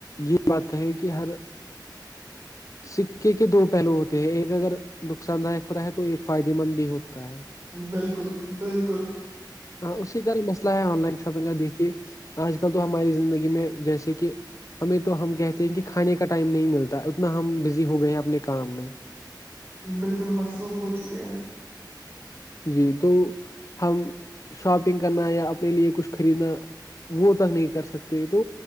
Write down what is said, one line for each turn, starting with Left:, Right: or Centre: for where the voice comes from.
Left: یہ بات کہے کہ ہر سکے کے دو پہلو ہوتے ہیں ایک اگر نقصان داک ہوتا ہے تو ایک فائدے مند بھی ہوتا ہے
Right: بالکل بالکل
Left: اسی طرح مسئلہ ہے آن لائن شاپنگ کا دیکھیے آج کل تو ہماری زندگی میں جیسے کہ ہمیں تو ہم کہتے ہیں کہ کھانے کا ٹائم نہیں ملتا اتنا ہم بزی ہو گئے ہیں اپنے کام میں
Right: بالکل مصروف ہو چکے ہیں
Left: جی تو ہم شاپنگ کرنا یا اپنے لیے کچھ خریدنا وہ تک نہیں کر سکتے تو